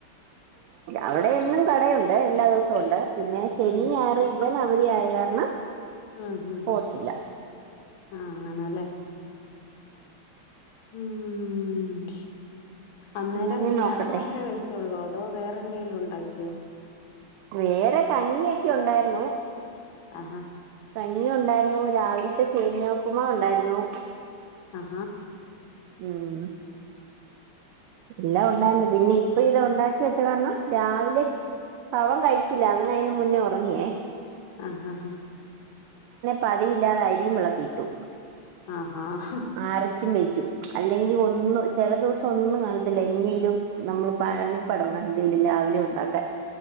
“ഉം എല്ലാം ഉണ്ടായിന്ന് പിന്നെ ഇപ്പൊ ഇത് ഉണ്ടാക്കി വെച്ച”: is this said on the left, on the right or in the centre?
Right